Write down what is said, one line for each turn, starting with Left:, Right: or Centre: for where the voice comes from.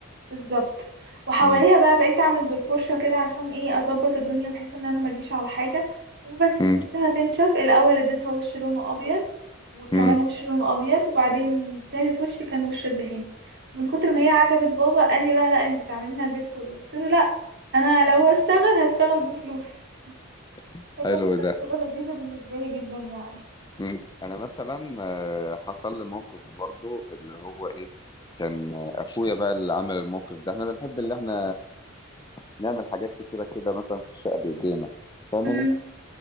Right: بالظبط وحواليها
Left: امم
Right: بقى بقيت اعمل بالفرشة كده عشان ايه اظبط الدنيا بحيث ان انا ما اجيش على حاجة وبس
Left: امم
Right: سبتها تنشف الاول اديتها وش لونه ابيض وكمان
Left: امم
Right: وش لونه ابيض وبعدين تالت وش كان وش الدهان ومن كتر ما هي عجبت بابا قال لي بقى لا انتي تعملينا البيت كله قلت له لا انا لو هشتغل هشتغل بفلوس <laughs>
Left: <laughs>
Right: فكانت
Left: حلو
Right: تجربة
Left: ده
Right: لذيذة بالنسبة لي جدا يعني
Left: مم. انا مثلا آه، حصل لي موقف برضو اللي هو ايه كان آه، اخويا بقى اللي عمل الموقف ده احنا بنحب اللي احنا نعمل حاجات كتيره كده مثلا في الشقه بايدينا فاهمني
Right: امم